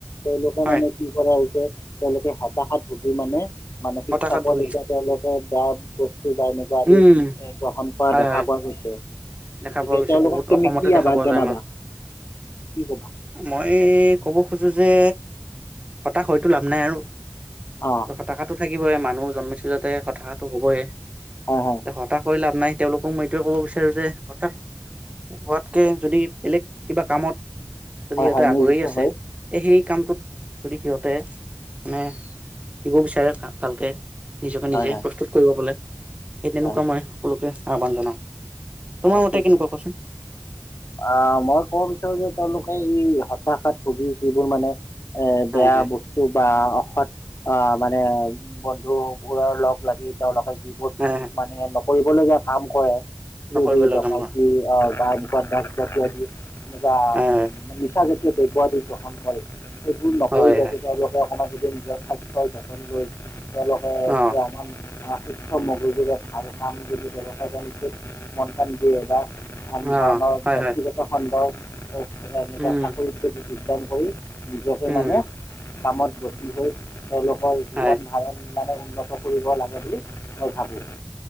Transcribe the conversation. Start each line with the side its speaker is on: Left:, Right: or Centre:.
Left: তেওঁলোকৰ
Right: হয়
Left: মানে কি কৰা হৈছে তেওঁলোকে হতাশাত ভুগি মানে মানসিক
Right: হতাশাত
Left: চাপত
Right: ভুগি
Left: এতিয়া তেওঁলোকে বেয়া বস্তু বা এনেকা আদি
Right: উম
Left: এ গ্ৰহণ কৰা
Right: হয়
Left: দেখা
Right: হয়
Left: পোৱা গৈছে। যিহেতু
Right: দেখা পোৱা গৈছে
Left: তেওঁলোকক
Right: বহুত
Left: তুমি
Right: অসমতে
Left: আহ্বান
Right: দেখা পোৱা
Left: জনাবা
Right: যায় আমাৰ।
Left: কি কবা?
Right: মই ক'ব খোজো যে হতাশ হয়তো লাভ নাই আৰু।
Left: অ'।
Right: হতাসাটো থাকিবই মানুহ জন্মিছো যাতে হতাসাটো হ'বই।
Left: হয়
Right: যে হতাশ হৈ লাভ নাই তেওঁলোকক মই এইটোৱে ক'ব বিচাৰোঁ যে। হতাশ হোৱাতকৈ যদি বেলেগ কিবা কামত
Left: হয়
Right: যদি সিহঁতে
Left: হয় হয়
Right: আগ্ৰহী
Left: নিয়োজিত
Right: আছে,
Left: হৈ
Right: এ সেই কামটোত যদি সিহঁতে মানে দিব বিচাৰে ভালকে। নিজকে
Left: হয়
Right: নিজে
Left: হয়
Right: প্ৰস্তুত কৰিব <unintelligible> সেই
Left: হয়
Right: তেনেকুৱা মই সকলোকে আহ্বান জনাও। তোমাৰ
Left: অ',
Right: মতে
Left: ঠিক
Right: কেনেকুৱা
Left: <unintelligible>
Right: কোৱাচোন
Left: আহ, মই ক'ব বিচাৰো যে তেওঁলোকে ই হতাশাত ভুগি যিবোৰ মানে এ বেয়া
Right: হয় হয়
Left: বস্তু বা অসৎ অ', মানে বন্ধু বোৰৰ লগ লাগি তেওঁলোকে যিবোৰ
Right: হয়, হয়।
Left: মানে নকৰিবলগীয়া কাম কৰে। চুৰি,
Right: নকৰিব লগা
Left: ডকাইতি
Right: কাম কৰা
Left: অ', বা এনেকুৱা ড্ৰক্স জাতীয় আদি এনেকুৱা
Right: হয়
Left: নিচা জা তীয় দ্ৰব্য আদি গ্ৰহণ কৰে, সেইবোৰ নকৰি
Right: হয় হয়
Left: যাতে
Right: হয়
Left: তেওঁলোকে অকণমান নিজে নিজৰ স্বাস্থ্য যতন লৈ তেওঁলোকে
Right: অ
Left: যেতিয়া অলমান অ', সুস্থ মগজুৰে ভাল কাম যদি ব্যৱসায় কৰি মন কাণ দিয়ে বা আন ধৰণৰ
Right: অ হয়
Left: ব্যক্তিগত
Right: হয়
Left: খণ্ডৰ এনেকুৱা
Right: উম
Left: চাকৰিত যদি যোগদান কৰি নিজকে
Right: উম
Left: মানে কামত গতি হৈ তেওঁলোকৰ জীৱন
Right: হয়
Left: ধাৰণ মানে উন্নত কৰিব লাগে বুলি, মই ভাবোঁ।